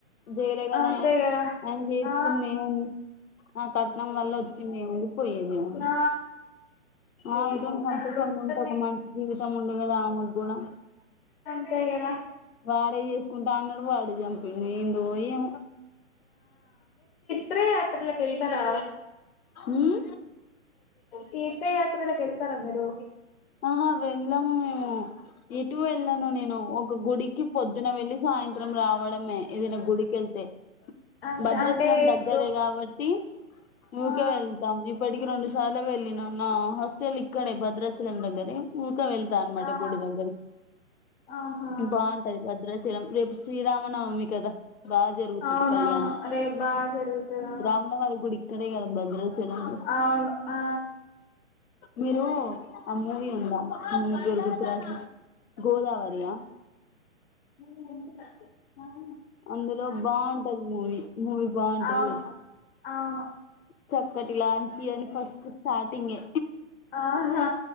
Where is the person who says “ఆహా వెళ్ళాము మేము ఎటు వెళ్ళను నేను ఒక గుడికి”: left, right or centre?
Left